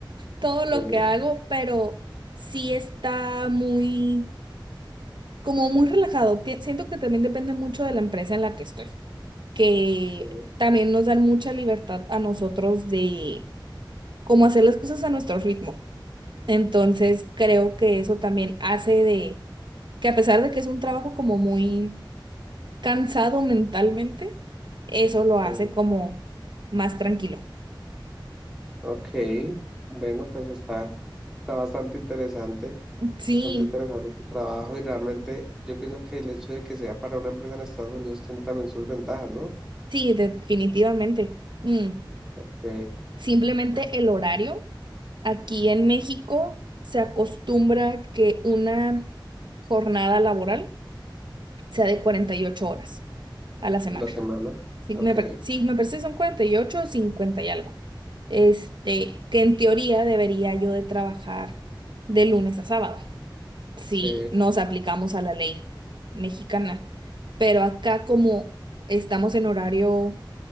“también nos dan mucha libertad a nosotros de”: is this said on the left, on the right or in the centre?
Right